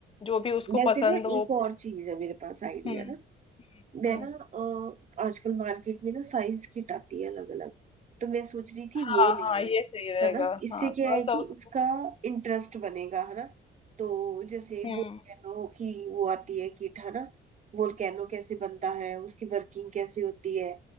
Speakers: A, on the left; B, on the right.
A: जो भी उसको
B: वैसे
A: पसंद
B: ना
A: हो
B: एक और चीज है मेरे पास आइडिया
A: हुँ।
B: ना
A: हुँ,
B: मैं
A: हुँ।
B: ना अ, आजकल मार्केट में ना साइज किट आती है अलग अलग तो मैं सोच रही थी
A: हाँ,
B: वो ले
A: हाँ,
B: आऊं
A: ये सही रहेगा।
B: है ना इससे
A: हाँ, थोड़ा-सा
B: क्या है कि
A: उसको
B: उसका इंटरेस्ट बनेगा है ना तो जैसे
A: हुँ।
B: वोल्केनो की वो आती है किट है ना वोल्केनो कैसे बनता है उसकी वर्किंग कैसे होती है